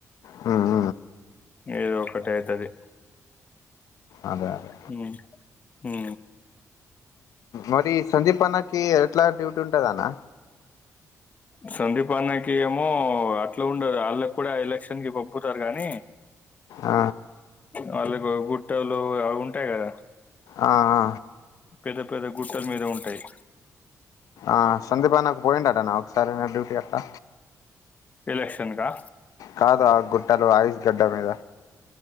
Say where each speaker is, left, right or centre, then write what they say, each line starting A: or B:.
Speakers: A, on the left; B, on the left.
A: హహా
B: ఏదో ఒకటే అయితది
A: అదే అదే
B: హు హు
A: మరి సందీప్ అన్నకి ఎట్లా డ్యూటీ ఉంటద అన్న
B: సందీప్ అన్నకి ఏమో అట్లా ఉండదు వాళ్ళకి కూడా ఎలక్షన్ కి పంపుతారు కానీ
A: ఆ
B: వాళ్ళకు గుట్టలు అవి ఉంటాయి కదా
A: ఆ ఆ
B: పెద్ద పెద్ద గుట్టలు మీద ఉంటాయి
A: ఆ సందీపాన్న పోయింటటన్న ఒకసారినా డ్యూటీ అట్లా
B: ఎలక్షన్ కా
A: కాదు ఆ గుట్టలు ఐయిస్ గడ్డ మీద